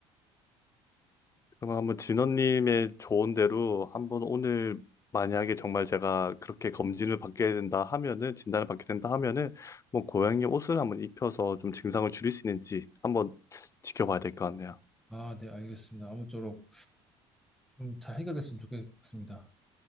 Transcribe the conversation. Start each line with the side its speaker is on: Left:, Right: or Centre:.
Left: 그럼 한번 진원님의 조언대로 한번 오늘 만약에 정말 제가 그렇게 검진을 받게 된다 하면은 진단을 받게 된다 하면은 뭐 고양이 옷을 한번 입혀서 좀 증상을 줄일 수 있는지 한번 지켜봐야 될 것 같네요.
Centre: 아, 네, 알겠습니다. 아무쪼록 좀 잘 해결됐으면 좋겠습니다.